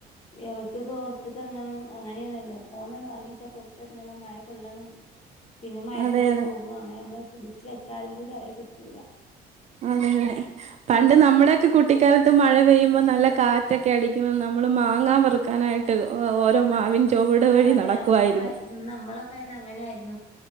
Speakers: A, on the left; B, on the right.
A: അവൾക്ക്പ്പോ പുറത്തക് ഇറങ്ങണം അങ്ങനെയാണല്ലോ ഫോൺണ് വാങ്ങിച്ച പുറത്തിറങ്ങണം മഴ കൊള്ളണം പിന്നെ മയത്തക്ക്
B: അതെ അതെ
A: പോകൂ അങ്ങനെ നമ്മള് പിടിച്ച വെച്ചാലും കൂടി അവരെ കിട്ടൂല
B: അതെ അതെ പണ്ട് നമ്മുടെ ഒക്കെ കുട്ടി മക്കാലത്ത് മഴ പെയ്യുമ്പോൾ നല്ല കാറ്റൊക്കെ അടിക്കുമ്പോൾ നമ്മൾ മാങ്ങാൻ വെറുക്കാനായിട്ട് ഓരോ മാവിൻ ചുവട്
A: ആഹ്
B: വഴി
A: അതെ
B: നടക്കുവായിരുന്നു
A: നമ്മളൊക്കെ നമ്മളൊക്കെ ആയെന്ന് അങ്ങനായിരുന്നു